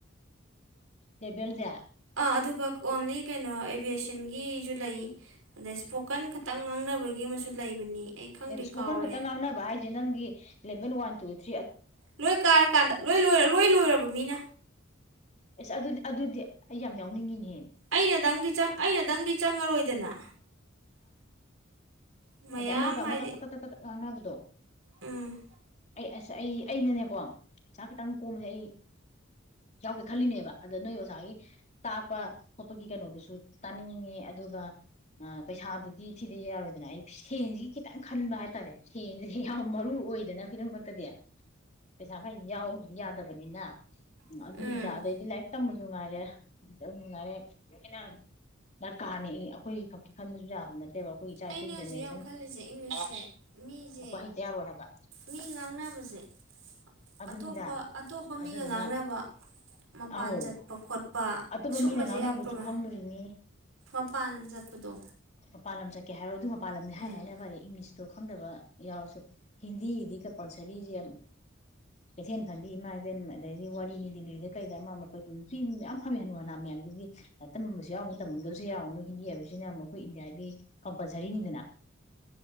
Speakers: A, on the left; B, on the right.
A: ꯂꯦꯕꯦꯜꯖ
B: ꯑꯗꯨꯒ ꯑꯣꯟꯂꯤ ꯀꯩꯅꯣ ꯑꯦꯕꯤꯌꯦꯁꯟꯒꯤꯁꯨ ꯂꯩ ꯑꯗꯩ ꯁ꯭ꯄꯣꯀꯟ ꯈꯇꯪ ꯉꯥꯡꯅꯕꯒꯤ ꯑꯃꯁꯨ ꯂꯩꯕꯅꯤ ꯑꯩ ꯈꯪꯗꯦ
A: ꯏꯁꯄꯣꯀꯜ
B: ꯀꯥꯎꯔꯦ
A: ꯈꯛꯇ ꯉꯥꯡꯅꯕ ꯍꯥꯏꯁꯦ ꯅꯪꯒꯤ ꯏꯂꯦꯚꯦꯟ ꯋꯥꯟ ꯢꯅꯥꯎꯗꯤꯕꯜ
B: ꯂꯣꯏ ꯀꯥꯔꯀꯥꯟꯗ ꯂꯣꯏ ꯂꯣꯏꯔ ꯂꯣꯏ ꯂꯣꯏꯔꯕ ꯃꯤꯅ
A: ꯑꯦꯁ ꯑꯗꯨ ꯑꯗꯨꯗꯤ ꯑꯩ ꯌꯥꯝ ꯌꯥꯎꯅꯤꯡꯉꯤꯍꯦ
B: ꯑꯩꯅꯗꯪꯗꯤ ꯑꯩꯅꯗꯪꯗꯤ ꯆꯪꯉꯔꯣꯏꯗꯅ ꯃꯌꯥꯝ
A: ꯑꯗ ꯑꯃꯃꯒ
B: ꯍꯥꯏꯗꯤ
A: ꯑꯃꯃꯒ ꯇ ꯇ ꯀꯥꯟꯕꯗꯣ
B: ꯎꯝ
A: ꯑꯩ ꯑꯁ ꯑꯩ ꯑꯩꯅꯅꯦꯀꯣ ꯆꯥꯛ ꯈꯤꯇꯪ ꯀꯣꯝꯕꯅꯦ ꯑꯩ ꯌꯥꯎꯒꯦ ꯈꯜꯂꯤꯅꯦꯕ ꯑꯗ ꯅꯣꯏ ꯑꯣꯖꯥꯒꯤ ꯇꯥꯛꯄ ꯈꯣꯠꯄꯒꯤ ꯀꯩꯅꯣꯗꯨꯁꯨ ꯇꯥꯅꯤꯡꯉꯦ ꯑꯗꯨꯒ ꯄꯩꯁꯥꯗꯨꯗꯤ ꯊꯤꯗ ꯌꯥꯎꯔꯦꯗꯅ ꯑꯩ ꯁꯦꯟꯁꯤꯒꯤ ꯈꯤꯇꯪ ꯈꯟꯕ ꯍꯥꯏꯇꯥꯔꯦ ꯁꯦꯟꯁꯤꯗꯤ ꯌꯥꯝ ꯃꯔꯨ ꯑꯣꯏꯗꯅ ꯈꯨꯗꯃꯛꯇꯗꯤ ꯄꯩꯁꯥ ꯈꯔ ꯌꯥꯎꯕꯗꯤ ꯌꯥꯗꯕꯅꯤꯅ
B: ꯎꯝ
A: ꯑꯗꯨꯅꯤꯗ ꯑꯗꯩꯗꯤ ꯂꯥꯏꯔꯤꯛ ꯇꯝꯕꯁꯨ ꯉꯥꯏꯔꯦ ꯇꯁꯨ ꯉꯥꯏꯔꯦ ꯂꯣꯏꯅ ꯗꯔꯀꯥꯔꯅꯦ ꯑꯩꯈꯣꯏ ꯈꯛꯀꯤ ꯈꯟꯕꯁꯨ ꯌꯥꯕ ꯅꯠꯇꯦꯕ ꯑꯩꯈꯣꯏ ꯆꯥꯛ
B: ꯑꯩꯅ
A: ꯇꯤꯡꯖꯅꯦꯔ
B: ꯍꯧꯖꯤꯛ ꯌꯥꯝ ꯈꯜꯂꯤꯁꯦ ꯏꯪꯂꯤꯁꯁꯦ ꯃꯤꯁꯦ
A: ꯍꯩꯇ ꯌꯥꯔꯣꯏ ꯍꯥꯏꯕ
B: ꯃꯤ ꯉꯥꯡꯅꯕꯁꯦ
A: ꯑꯗꯨꯅꯤꯗ
B: ꯑꯇꯣꯞꯄ ꯑꯇꯣꯞꯄ ꯃꯤꯒ
A: ꯑꯗꯨꯗꯨꯅ
B: ꯉꯥꯡꯅꯕ ꯃꯄꯥꯟ
A: ꯑꯧ
B: ꯆꯠꯄ ꯈꯣꯠꯄ
A: ꯑꯇꯣꯞꯄ
B: ꯑꯁꯨꯝꯕꯁꯦ
A: ꯃꯤꯅ ꯉꯥꯡꯅꯕꯁꯨ
B: ꯌꯥꯝ ꯄ꯭ꯔꯣꯕꯂꯦꯝ
A: ꯈꯪꯗꯣꯔꯤꯅꯤ
B: ꯃꯄꯥꯟ ꯆꯠꯄꯗꯣ
A: ꯃꯄꯥ ꯂꯝ ꯆꯠꯀꯦ ꯍꯥꯏꯔꯣ ꯑꯗꯨꯒ ꯄꯥꯜꯂꯝꯅꯤ
B: ꯎꯝ
A: ꯍꯥꯏꯅ ꯐꯔꯦ ꯏꯪꯂꯤꯁꯇ ꯑꯣ ꯈꯪꯗꯕ ꯌꯥꯎꯔꯁꯨ ꯍꯤꯟꯗꯤꯗꯤ ꯀꯝꯄꯜꯁꯔꯤꯁꯦ ꯀꯩꯊꯦꯜ ꯐꯝꯕꯤ ꯏꯃꯥ ꯏꯕꯦꯟ ꯑꯩꯗꯤ ꯋꯥꯔꯤꯅꯤ ꯗꯤꯜꯂꯤꯗ ꯀꯩꯗ ꯑꯃ ꯑꯃ ꯅꯨꯄꯤ ꯃꯌꯥꯝ ꯐꯝꯃꯦ ꯍꯅꯨ ꯍꯅꯥ ꯃꯌꯥꯝꯁꯤꯗꯤ ꯂꯥꯏ ꯇꯝꯃꯝꯕꯁꯨ ꯌꯥꯎꯅ ꯇꯝꯃꯗꯁꯨ ꯌꯥꯎꯅꯨ ꯍꯤꯟꯗꯤ ꯍꯥꯏꯕꯁꯤꯅ ꯑꯃꯨꯛ ꯑꯩꯈꯣꯏ ꯏꯟꯗꯤꯌꯥꯗꯤ ꯀꯝꯄꯜꯁꯔꯤꯅꯤꯗꯅ